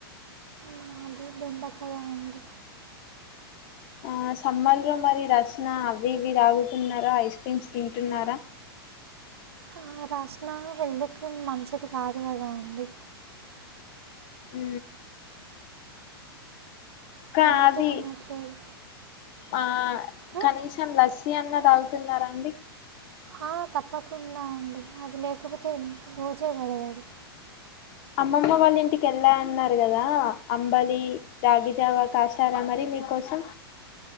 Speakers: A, on the right; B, on the left.
A: మాది బెండకాయ అండి
B: ఆ సమ్మర్ లో మరి రస్ న అవి ఇవి తాగుతున్నారా ఐస్ క్రీమ్స్ తింటున్నారా
A: ఆ రాసిన హెల్త్కి మంచిది కాదు కదా అండి
B: ఉ కా
A: అందుకే
B: అది
A: తినట్లేదు
B: ఆ
A: ఉం?
B: కనీసం లస్ మీ అన్న తాగుతున్నారా అండి
A: ఆ తప్పకుండా అండి అది లేకపోతే రోజే గొడవదు
B: అమ్మమ్మ వాళ్ళ ఇంటికెళ్ళ అన్నారు కదా అంబలి రాగిజావ కాసారా మరి మీకోసం